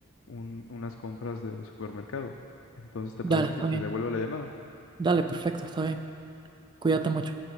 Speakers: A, on the left; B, on the right.
A: un- unas compras de supermercado. Entonces, ¿te
B: Dale,
A: parece
B: está
A: que te
B: bien.
A: devuelvo la llamada?
B: Dale, perfecto, está bien. Cuídate mucho.